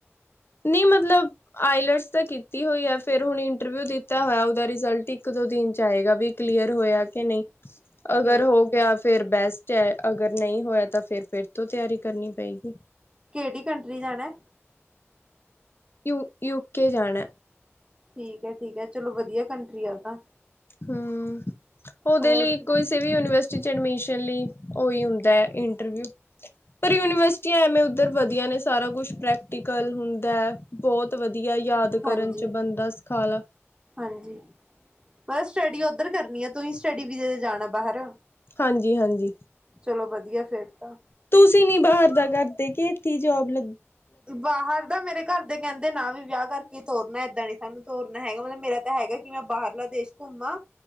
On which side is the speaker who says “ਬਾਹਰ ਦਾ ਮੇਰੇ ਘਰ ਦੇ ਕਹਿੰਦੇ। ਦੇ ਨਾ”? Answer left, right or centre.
Right